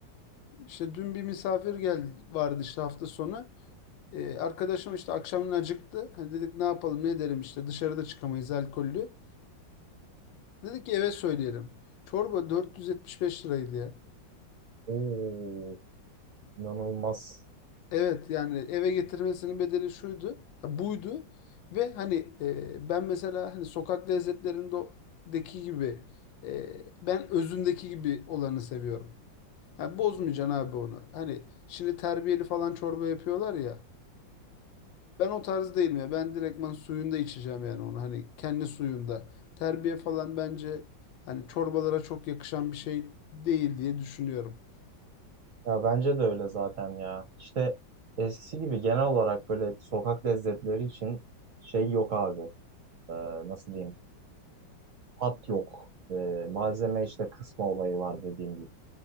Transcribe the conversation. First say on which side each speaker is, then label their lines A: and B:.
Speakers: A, on the left; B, on the right.
A: İşte dün bir misafir geldi vardı işte hafta sonu. Ee, arkadaşım işte akşamın acıktı. Hani dedik ne yapalım ne edelim işte dışarıda çıkamayız alkollü. Dedik ki eve söyleyelim. Çorba 475 liraydı ya.
B: o inanılmaz.
A: Evet yani eve getirmesinin bedeli şuydu. ya buydu. Ve hani e, ben mesela hani sokak lezzetlerindeki gibi e, ben özündeki gibi olanı seviyorum. Ya bozmayacaksın abi onu. Hani şimdi terbiyeli falan çorba yapıyorlar ya. Ben o tarz değilim ya. Ben direktman suyunda içeceğim yani onu. Hani kendi suyunda. Terbiye falan bence hani çorbalara çok yakışan bir şey değil diye düşünüyorum.
B: Ya bence de öyle zaten ya. İşte eskisi gibi genel olarak böyle sokak lezzetleri için şey yok abi. Ee, nasıl diyeyim? Hat yok. Ee, malzeme işte kısma olayı var dediğim gibi.